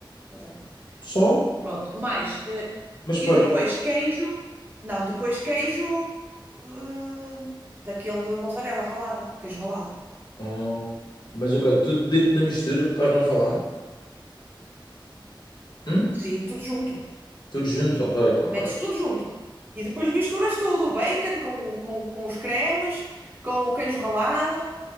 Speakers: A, on the right; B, on the left.
A: exatamente.
B: Só?
A: Pronto, mais. eh,
B: Mas para.
A: e depois queijo. Não, depois queijo eh, daquele de mozzarella ralada, queijo ralado.
B: Ah, mas ok, tudo dentro da mistura que estás-me a falar? Hum?
A: Sim, tudo junto.
B: Tudo junto, ok, ok.
A: Metes tudo junto. E depois misturas tudo, o bacon com, com, com os cremes, com o queijo ralado.